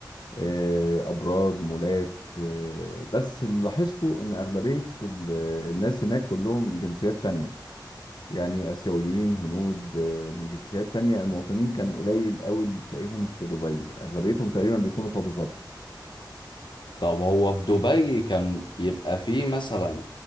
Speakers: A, on the left; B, on the left.
A: آه، ابراج مولات آه، بس اللي لاحظته ان اغلبيه ال- الناس هناك كلهم جنسيات تانية يعني آسيويين هنود آه، من جنسيات تانية المواطنين كان قليل قوي اللي تلاقيهم في دبي أغلبيتهم تقريبا بيكونوا في أبو ظبي
B: طب هو في دبي كان بيبقى فيه مثلا